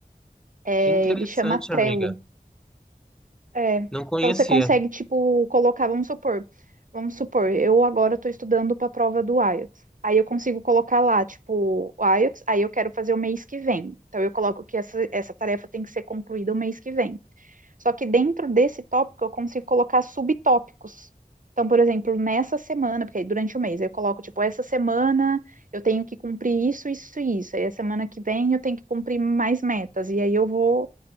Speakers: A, on the right; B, in the centre.
A: É,
B: Que interessante,
A: ele chama Trello.
B: amiga.
A: É,
B: Não conhecia.
A: então você consegue, tipo, colocar, vamos supor, vamos supor, eu agora estou estudando para a prova do IELTS. Aí eu consigo colocar lá, tipo, o IELTS, aí eu quero fazer o mês que vem. Então eu coloco que essa, essa tarefa tem que ser concluída o mês que vem. Só que dentro desse tópico eu consigo colocar subtópicos. Então, por exemplo, nessa semana, porque aí durante o mês eu coloco, tipo, essa semana eu tenho que cumprir isso, isso e isso. Aí a semana que vem eu tenho que cumprir mais metas. E aí eu vou